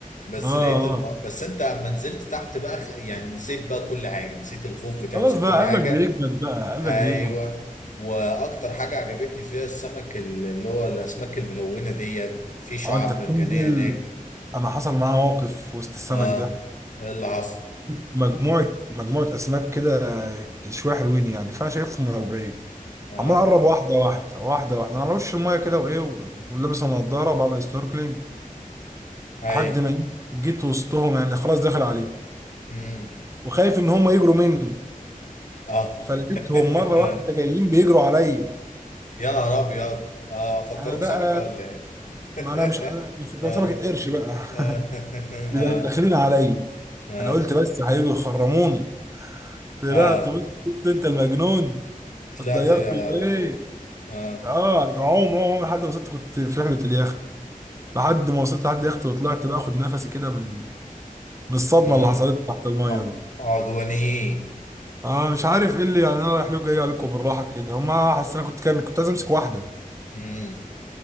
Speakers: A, on the left; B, on the right.
A: بس
B: اه اه
A: لقيت الم... بس انت اما نزلت تحت بقى خ- يعني نسيت بقى كل حاجه نسيت الخوف بتاعه
B: خلاص
A: نسيت
B: بقى
A: كل
B: قلبك
A: حاجه
B: بيجمد بقى قلبك
A: ايوه
B: بيجمد
A: واكتر حاجه عجبتني فيها السمك ال- اللي هو الاسماك الملونه ديت في شعاب
B: اه انت بتنزل
A: مرجانيه هناك
B: انا حصل معايا موقف في وسط السمك
A: اه
B: ده
A: إيه اللي حصل
B: مجموعة مجموعة اسماك كده شوية حلوين يعني فانا شايفهم من البعيد
A: اه
B: عمال اقرب واحدة واحدة واحدة واحدة انا على وش المية كده وايه ولابس النضارة وبعمل سنوركلينج
A: اي
B: لحد ما إيه، جيت وسطهم يعني خلاص داخل عليهم
A: امم
B: وخايف ان هم يجروا مني
A: اه
B: فلقيتهم
A: <laughs>
B: مره واحده جايين بيجروا عليا
A: يا نهار ابيض اه فكروك
B: انا بقى
A: سمكه ولا ايه
B: ما
A: <laughs>
B: انا مش انا مش
A: اه
B: كان سمكه قرش بقى
A: اه
B: <laughs>
A: اه
B: بدا- داخلين عليا
A: اه
B: انا قلت بس هيجوا يخرموني طلعت
A: اه
B: بص شفت انت المجنون
A: طلعت
B: اتضيرت
A: على
B: ايه
A: فوق اه
B: اه عوم عوم عوم لحد ما وصلت كنت في رحله اليخت لحد ما وصلت لحد اليخت وطلعت بقى اخد نفسي كده من من الصدمه
A: امم
B: اللي حصلت تحت الميه
A: ع-
B: دي.
A: عدواني
B: اه مش عارف ايه اللي يعني انا رايح له جاي عليكم بالراحه كده هما حاسس انا كنت كان كنت عايز امسك واحده
A: امم